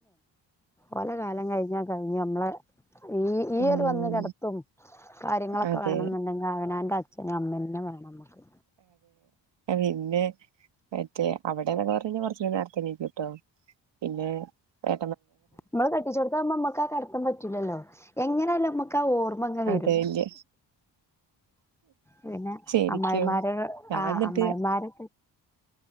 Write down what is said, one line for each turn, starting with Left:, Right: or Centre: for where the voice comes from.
Centre: ഓല കാലം കഴിഞ്ഞാ കഴിഞ്ഞു ഞമ്മളെ ഈ ഈയൊര്
Right: ഉം
Centre: വന്ന് കെടത്തും, കാര്യങ്ങളൊ
Right: അതെ
Centre: വേണന്നുണ്ടെങ്കെ അവനാന്റെ അച്ഛനും അമ്മെന്നെ വേണം മ്മക്ക്.
Right: ഏ പിന്നെ മറ്റേ അവിടെന്നെ <unintelligible> പറഞ്ഞാ കൊറച്ചൂടെ നേരത്തേണീക്കുംട്ടോ. പിന്നെ. എ
Centre: നമ്മളെ കട്ടിച്ചേട്ത്താകുമ്പോ മ്മക്ക് ആ കെടത്തം പറ്റൂല്ലല്ലോ. എങ്ങനെയാലും മ്മക്. ക്കാ ഓർമ്മങ്ങനെ
Right: അതെ
Centre: വരും
Right: ഇല്ല്യ
Centre: പിന്നെ
Right: ശരിക്കും
Centre: അമ്മായിമാര്
Right: ഞാൻ
Centre: ആ
Right: എന്നിട്ട്
Centre: അമ്മായിമാര്